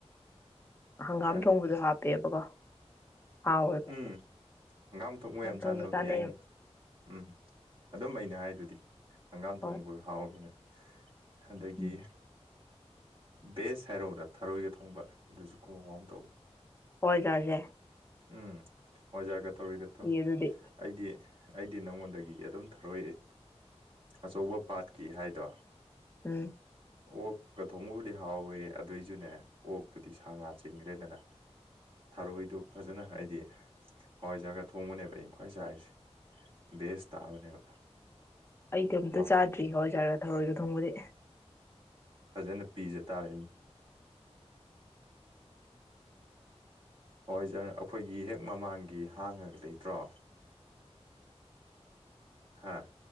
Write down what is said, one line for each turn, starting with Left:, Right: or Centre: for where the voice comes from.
Left: ꯍꯪꯒꯥꯝ
Right: ꯍꯥꯏꯔꯛꯑꯣ
Left: ꯊꯣꯡꯕꯗꯣ ꯍꯥꯞꯄꯦꯕꯀꯣ ꯍꯥꯎꯋꯦꯕ
Right: ꯎꯝ ꯍꯪꯒꯥꯝ ꯊꯣꯛ ꯃꯌꯥꯝ
Left: ꯊꯣꯡꯕ
Right: ꯆꯥꯟꯅꯕꯅꯦ
Left: ꯆꯥꯅꯩꯌꯦꯕ
Right: ꯑꯩꯅ ꯎꯝ ꯑꯗꯨꯝ ꯑꯩꯅ ꯍꯥꯏꯗꯨꯗꯤ ꯍꯪꯒꯥꯝ
Left: ꯍꯣꯏ
Right: ꯊꯣꯡꯕ ꯍꯥꯎꯅꯤꯅ ꯑꯗꯒꯤ
Left: ꯎꯝ
Right: ꯕꯦꯁ ꯍꯥꯏꯔꯣꯔꯥ ꯊꯔꯣꯏꯒ ꯊꯣꯡꯕ ꯑꯗꯨꯁꯨ ꯈꯨꯍꯥꯎ ꯑꯃ ꯇꯧꯋ
Left: ꯍꯖꯁꯦ
Right: ꯎꯝ ꯍꯣꯏꯖꯔꯒ ꯇꯧꯔꯤꯒꯠꯇꯣ
Left: ꯑꯗꯨꯗꯤ
Right: ꯑꯩꯗꯤ ꯑꯩꯗꯤ ꯅꯉꯣꯟꯗꯒꯤ ꯑꯗꯨꯝ ꯊꯔꯣꯏꯑꯦ ꯑꯆꯧꯕ ꯄꯥꯠꯀꯤ ꯍꯥꯏꯗꯣ
Left: ꯎꯝ
Right: ꯑꯣꯛꯀ ꯊꯣꯡꯕꯕꯨꯗꯤ ꯍꯥꯎꯋꯦ ꯑꯗꯨꯏꯁꯨꯅꯦ ꯑꯣꯛꯇꯨꯗꯤ ꯁꯥ ꯉꯥ ꯆꯤꯡꯈ꯭ꯔꯦꯗꯅ ꯊꯔꯣꯏꯗꯨ ꯐꯖꯅ ꯍꯥꯏꯗꯤ ꯍꯋꯥꯏꯖꯥꯔꯒ ꯊꯣꯡꯕꯅꯦꯕ ꯑꯩꯅ ꯈ꯭ꯋꯥꯏ ꯆꯥꯔꯤꯁꯦ ꯕꯦꯁ ꯇꯥꯕꯅꯦꯕ
Left: ꯑꯩꯗꯤ ꯑꯝꯇ
Right: ꯃꯍꯥꯎ
Left: ꯆꯥꯗ꯭ꯔꯤ ꯍꯋꯥꯏꯖꯥꯔꯒ ꯊꯧꯔꯣꯏꯒ ꯊꯣꯡ ꯕꯗꯤ
Right: ꯐꯖꯅ ꯄꯤꯖ ꯇꯥꯔꯦ ꯍꯋꯥꯏꯖꯥꯔ ꯑꯩꯈꯣꯏꯒꯤ ꯍꯦꯛ ꯃꯃꯥꯡꯒꯤ ꯍꯥꯡꯉꯒ ꯂꯩꯇ꯭ꯔꯣ ꯍꯥꯥ